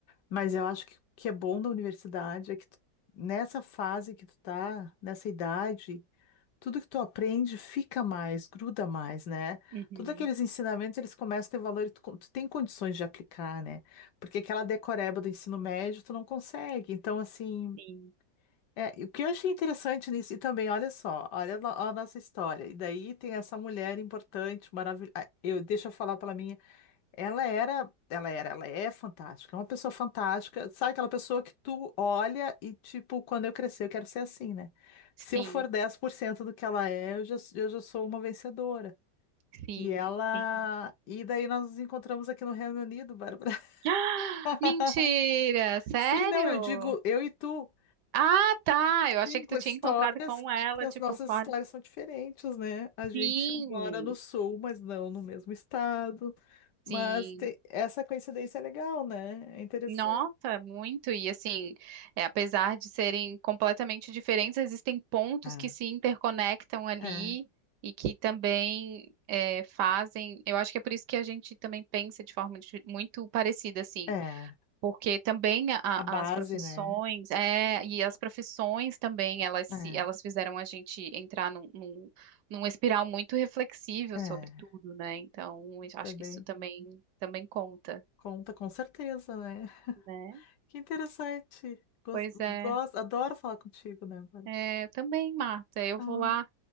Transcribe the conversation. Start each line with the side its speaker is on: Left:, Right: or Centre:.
Left: mas eu acho que o que é bom da universidade é que tu- nessa fase que tu tá, nessa idade, Tudo que tu aprende fica mais, gruda mais, né?
Right: Uhum,
Left: Todos aqueles ensinamentos, eles começam a ter valor e tu, con- tu tem condições de aplicar, né? Porque aquela decoreba do ensino médio, tu não consegue. Então, assim,
Right: Sim,
Left: é, e o que eu achei interessante nisso, e também, olha só, olha a no- a nossa história. E daí tem essa mulher importante, maravilhosa. Eu, deixa eu falar pela minha. Ela era, ela era, ela é fantástica, é uma pessoa fantástica. Sabe aquela pessoa que tu olha e, tipo, quando eu crescer, eu quero ser assim, né?
Right: sim,
Left: Se eu for 10% do que ela é, eu já, eu já sou uma vencedora.
Right: sim,
Left: E ela.
Right: sim. <gasps>
Left: E daí nós nos encontramos aqui no Reino Unido, Bárbara.
Right: Ah,
Left: <laughs>
Right: Mentira, sério?
Left: Sim, não, eu digo eu e tu.
Right: Ah, tá, eu achei
Left: Cinco
Right: que tu
Left: histórias,
Right: tinha encontrado com ela,
Left: que as
Right: tipo,
Left: nossas
Right: fora.
Left: histórias são diferentes, né? A gente
Right: Sim,
Left: mora no sul, mas não no mesmo estado. Mas
Right: sim.
Left: te- essa coincidência é legal, né? É interessante.
Right: Nossa, muito. E assim, é, apesar de serem completamente diferentes, existem pontos
Left: É,
Right: que se interconectam ali
Left: é,
Right: e que também é, fazem. Eu acho que é por isso que a gente também pensa de forma di- muito parecida, assim,
Left: é.
Right: porque também a- a-
Left: A base,
Right: as profissões,
Left: né?
Right: é, e as profissões também, elas, se-
Left: É,
Right: elas fizeram a gente entrar num, num, num espiral muito reflexível
Left: é.
Right: sobre tudo, né? Então, eu acho
Left: Também
Right: que isso também, também conta,
Left: conta com certeza, né?
Right: né?
Left: Que interessante. Gosto,
Right: Pois é,
Left: gosto, adoro falar contigo, né, Bárbara?
Right: é, também, Marta. Eu
Left: Ah,
Right: vou lá,